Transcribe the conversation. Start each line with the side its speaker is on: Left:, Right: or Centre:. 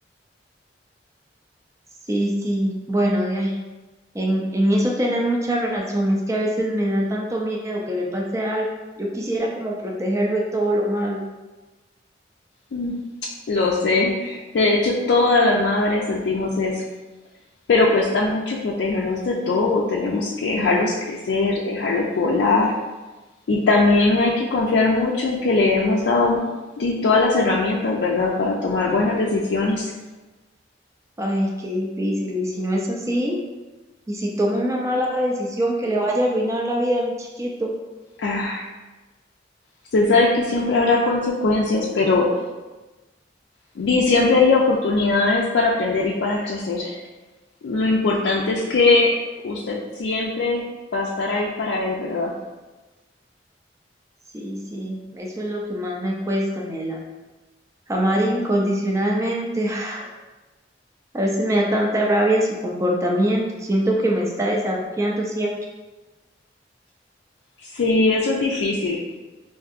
Right: Sí, sí, bueno, de ahí. En, en eso tenés mucha razón. Es que a veces me da tanto miedo que le pase algo. Yo quisiera como protegerlo de todo lo malo.
Left: Mm, Lo sé, de hecho todas las madres sentimos eso, pero cuesta mucho protegerlos de todo, tenemos que dejarlos crecer, dejarlos volar y también hay que confiar mucho en que le hemos dado di, todas las herramientas, ¿verdad?, para tomar buenas decisiones.
Right: Ay, qué difícil. Y si no es así, y si toma una mala decisión que le vaya a arruinar la vida a mi chiquito.
Left: Ah, usted sabe que siempre habrá consecuencias, pero di, siempre hay oportunidades para aprender y para crecer. Lo importante es que usted siempre va a estar ahí para él, ¿verdad?
Right: Sí, sí, eso es lo que más me cuesta, Mela. Amar incondicionalmente. <laughs> A veces me da tanta rabia su comportamiento, siento que me está desafiando siempre
Left: Sí, eso es difícil.